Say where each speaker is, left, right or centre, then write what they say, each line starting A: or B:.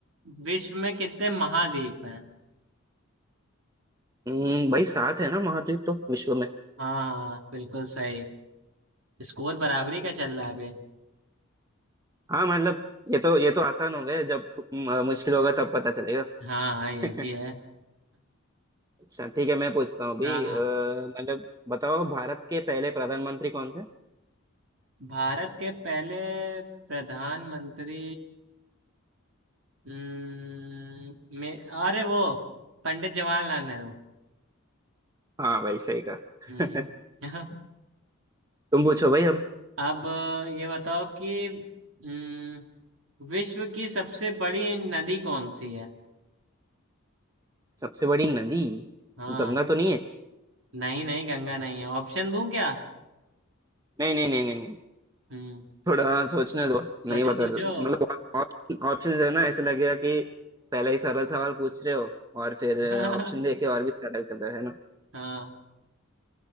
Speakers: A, on the right (about 65°); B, on the right (about 15°).
A: विश्व में कितने महाद्वीप हैं
B: हम्म, भाई सात है ना महाद्वीप तो विश्व में
A: हाँ हाँ बिल्कुल सही स्कोर बराबरी का चल रहा है अभी
B: हाँ मतलब ये तो ये तो आसान हो गए जब म, मुश्किल होगा तब पता चलेगा
A: हाँ हाँ ये
B: <laughs>
A: भी है <laughs>
B: अच्छा ठीक है मैं पूछता हूँ अभी
A: हाँ हाँ
B: अ, मतलब बताओ भारत के पहले प्रधानमंत्री कौन थे
A: भारत के पहले प्रधानमंत्री हम्म, मे अरे वो पंडित जवाहरलाल नेहरू
B: हाँ भाई सही कहा
A: हम्म,
B: <laughs>
A: <laughs>
B: तुम पूछो भाई अब
A: अब ये बताओ कि हम्म, विश्व की सबसे बड़ी नदी कौन सी है
B: सबसे बड़ी नदी
A: हाँ
B: गंगा तो नहीं है
A: नहीं नहीं गंगा नहीं है ऑप्शन दूं क्या
B: नहीं नहीं नहीं नहीं नहीं
A: हम्म
B: थोड़ा सोचने दो
A: सोचो
B: नहीं बता
A: सोचो
B: मतलब ऑप्शन है ना ऐसे लगेगा कि पहले ही सरल सवाल पूछ रहे हो और फिर
A: <laughs>
B: ऑप्शन देके और भी सरल कर रहे हो, है ना
A: हाँ